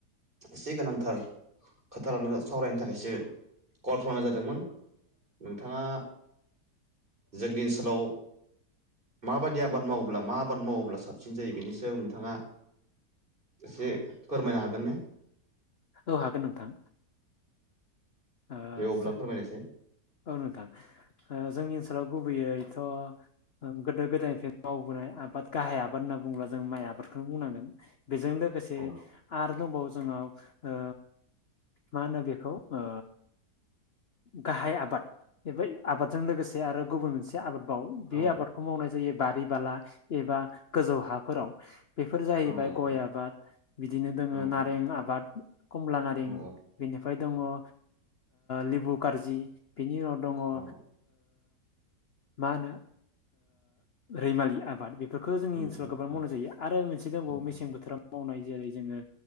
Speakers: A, on the right (about 30°); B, on the left (about 45°).
A: एसे गोनांथार खोथा लानानै सावरायनो थाखायसो कल खालामनाय जादोंमोन नोंथाङा जोंनि ओनसोलाव माबायदि आबाद मावोब्ला मा आबाद मावोब्ला साबसिन जायो बेनि नोंथाङा एसे फोरमायनो हागोन ने
B: औ हागोन नोंथां ओ
A: दे अब्ला
B: जो-
A: फोरमायनायसाय।
B: औ नोंथां ओ जोंनि गुबैयैथ' गोदो गोदायनिफ्राय मावबोनाय आबाद गाहाय आबाद होनना बुङोब्ला जों माइ आबादखौनो बुंनांगोन। बेजों लोगोसे
A: औ
B: आरो दंबावो। जोंनाव ओ मा होनो बेखौ ओ गाहाय आबाद बे आबादजों लोगोसे आरो गुबुन मोनसे आबाद बाव बे
A: औ
B: आबादखौ मावनाय जायो बारि बाला एबा गोजौ हाफोराव। बेफोर जाहैबाय
A: औ औ
B: गय आबाद बिदिनो दोङो
A: औ औ
B: नारें आबाद। कमला नारें
A: औ
B: बेनिफ्राय दङ ओ लिबु कार्जि। बिनि उनाव दङ ओ
A: औ
B: मा होनो रैमालि आबाद बे बेखो जोंनि
A: उम
B: ओनसोलाव
A: उम
B: गोबां
A: औ
B: मावनाय जायो आरो मोनसे दंबावो
A: उम
B: मेसें
A: उम
B: बोथोराव मावनाय जेरै जोङो